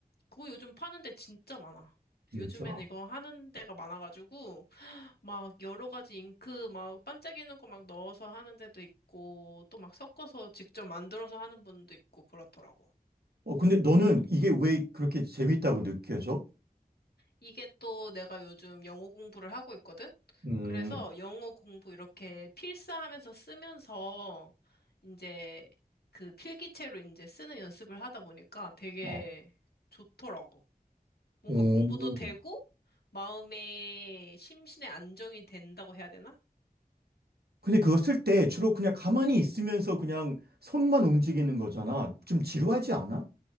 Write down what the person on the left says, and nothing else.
그거 요즘 파는 데 진짜 많아.
요즘엔 이거 하는 데가 많아가지고 막 여러 가지 잉크 막 반짝이는 거 막 넣어서 하는 데도 있고 또 막 섞어서 직접 만들어서 하는 분도 있고 그렇더라고.
이게 또 내가 요즘 영어 공부를 하고 있거든?
그래서 영어 공부 이렇게 필사하면서 쓰면서 이제 그 필기체로 이제 쓰는 연습을 하다 보니까 되게
좋더라고. 뭔가
공부도 되고 마음의 심신의 안정이 된다고 해야 되나?